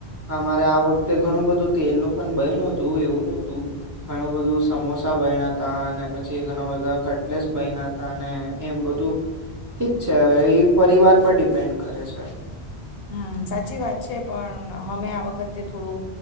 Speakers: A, on the right; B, on the left.
A: અમારે આ વખતે ઘણું બધું તેલનું પણ બાયણું હતું એવું નું હતું ઘણું બધું સમોસા બેયનાં તા અને પછી ઘણા બધા કટલેસ બેયના હતા એમ બધું ઠીક છે હવે એ પરિવાર પર ડિપેન્ડ કરે છે.
B: હમ્મ સાચી વાત છે પણ અમે આ વખતે થોડું